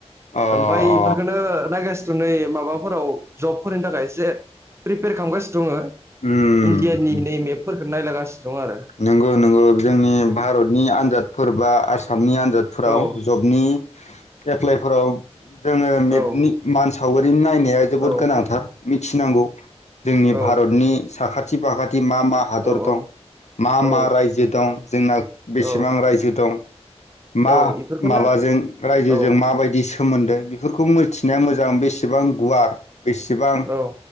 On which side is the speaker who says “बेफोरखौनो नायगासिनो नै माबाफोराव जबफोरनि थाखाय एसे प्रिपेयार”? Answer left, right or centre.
Right